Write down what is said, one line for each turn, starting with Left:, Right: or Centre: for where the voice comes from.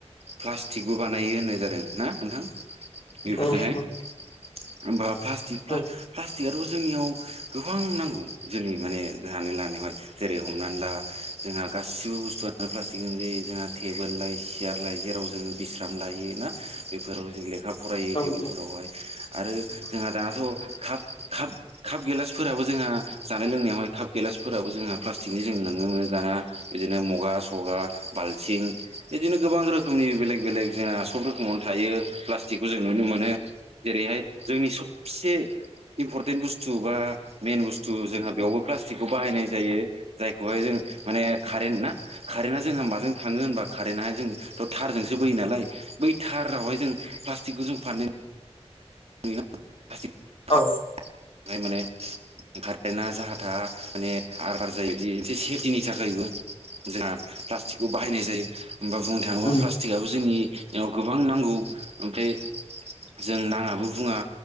Right: प्लास्टिकबो बानायो होननाय जादों ना नोंथां बेफोरजोंहाय
Left: औ नंगौ
Right: होमबा प्लास्टिक प्ला
Left: औ
Right: प्लास्टिकआथ' जोंनियाव गोबां नांगौ जोंनि माने जानि लानायावहाय जेरै हमनानै ला जोंहा गासिबो बुस्थुआ प्लास्टिक जे जोंहा टेबोल लाय सियार लाय जेराव जोङो बिस्राम लायो ना बेफोराव जों ले कप फरायो
Left: औ
Right: टेबोलफोरावहाय
Left: नंगौ
Right: आरो जोंहा दाथ'काप काप काप गेलास फोराबो जोंहा जानाय लोंनायावहाय काप गेलासफोराबो जोंहा प्लास्टिकनि जों नुनो मोनो दाना बिदिनो मुगा सगा बाल्थिं बिदिनो गोबां रोखोमनि बेलेग बेलेग जोंना सब रोखोम मन थायो प्लास्टिकखौ जों नुनो मोनो जेरैहाय जोंनि सबसे इम्परटेन्ट बुस्थु बा मेइन बुस्थु जोंहा बेयावबो प्लास्टिकखौ बाहायनाय जायो जायखौहाय जों माने कारेन्ट ना कारेन्टआ जोंहा माजों थाङो होनबा कारेन्टाहाय जों थ' थारजोंसो बोयो नालाय बै थारावहाय जों प्लास्टिकखौ जों फान <unintelligible>
Left: औ
Right: माने कारेन्टआ जाहा थाहा माने हार बार जायोदि एसे सेफटिनि थाखायबो जोंहा प्लास्टिकखौ बाहायनाय जायो होमबा बुंनो थाङोबा
Left: उम
Right: प्लास्टिकआबो जोंनि याव गोबां नांगौ ओमफ्राय जों नाङाबो बुङा